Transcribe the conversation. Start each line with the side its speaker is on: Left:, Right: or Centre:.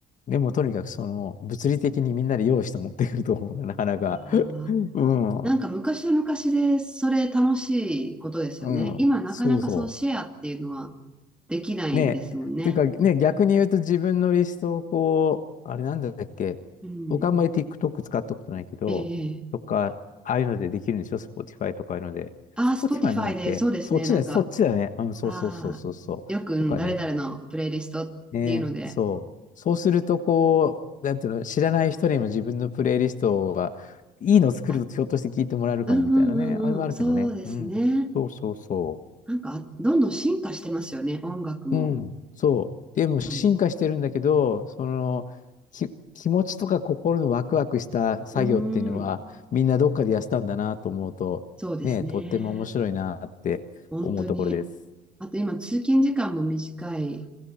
Left: う。でも、とにかく、その、物理的にみんなで用意して持ってくると思うな、なかなか。
Centre: ああ、
Left: <laughs> うん、
Centre: なんか昔は昔でそれ楽しいことですよね。
Left: うん、
Centre: 今なかなかそうシェアっていうのは
Left: そうそう
Centre: できないですもんね。
Left: ねえ、っていうかね、逆に言うと自分のリストをこう、あれなんだっけ、
Centre: うん。
Left: 僕あんまり TikTok 使ったことないけど、
Centre: ええ
Left: とか、ああいうのでできるんでしょ ?Spotify とかああいうので。
Centre: ああ、
Left: Spotify
Centre: Spotify
Left: のだっけそっちだね、
Centre: でそうですね。なんか、
Left: そっちだね。うん、そうそうそうそうそう。
Centre: ああ、よく、うん誰々のプレイリストっていうので、
Left: とかね。ね、そう。そうすると、こう、なんていうの、知らない人にも自分のプレイリストが、いいのを作るとひょっとして聞いてもらえるかもみたいなね。
Centre: あ、うんうんうんうん、
Left: あれもあるけどね。
Centre: そうですね。
Left: うん。そうそうそう。
Centre: なんか、どんどん進化してますよね、音楽も。
Left: うん、そう。でも進化してるんだけど、
Centre: やっぱり。
Left: その、き、気持ちとか心のワクワクした作業っていうのは、
Centre: うーん、
Left: みんなどっかでやってたんだなと思うと、
Centre: そうですね。
Left: ね、とっても面白いなって思うところです。
Centre: 本当に。あと今、通勤時間も短い、